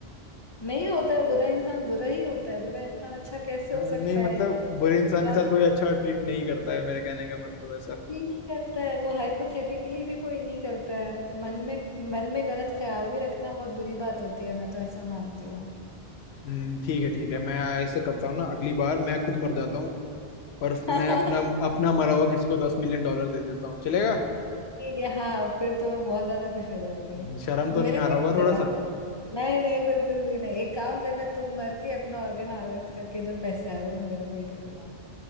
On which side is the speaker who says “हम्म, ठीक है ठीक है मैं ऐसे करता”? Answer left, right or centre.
Left